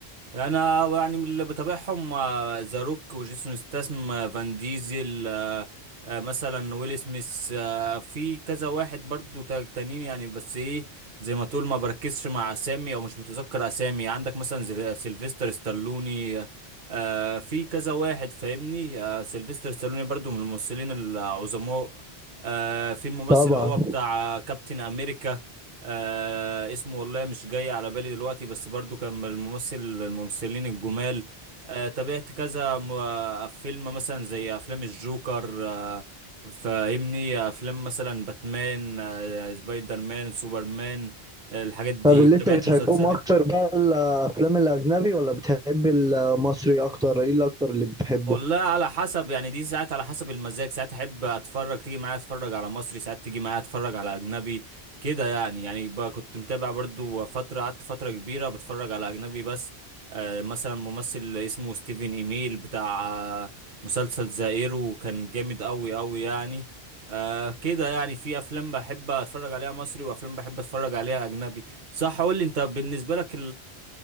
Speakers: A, on the right; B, in the centre.
A: انا يعني من اللي بتابعهم آه، ذا روك وجيسون ستاثام آه، فان ديزل آه، آه، مثلا ويل سميث آه، في كذا واحد برضو تا- تانيين يعني بس ايه زي ما تقول ما بركزش مع اسامي او مش متذكر اسامي عندك مثلا زي- آه، سيلفستر ستالوني آه، آه، في كذا واحد فاهمني آه، سيلفستر ستالوني برضو من الممثلين العظماء آه، في الممثل
B: طبعا
A: اللي هو بتاع آه، كابتن امريكا آه اسمه والله مش جاي على بالي دلوقتي بس برضو كان من الممثل الممثلين الجمال آه تابعت كذا م- آه، فيلم مثلا زي افلام الجوكر آه فاهمني افلام مثلا باتمان آه سبايدر مان سوبرمان آه الحاجات دي
B: طب اللي
A: تابعت
B: انت بتحبهم
A: مسلسلات
B: اكتر بقى الافلام الاجنبي ولا بتحب المصري اكتر ايه اللي اكتر اللي بتحبه
A: والله على حسب يعني دي ساعات على حسب المزاج ساعات احب اتفرج تيجي معايا اتفرج على مصري ساعات تيجي معايا اتفرج على اجنبي كده يعني يعني بقى كنت متابع برضو فترة قعدت فترة كبيرة بتفرج على اجنبي بس آه مثلا ممثل اسمه ستيفن ايميل بتاع آه مسلسل ذا ايرو كان جامد قوي قوي يعني آه كده يعني في افلام بحب اتفرج عليها مصري وافلام بحب اتفرج عليها اجنبي صح قول لي انت بالنسبة لك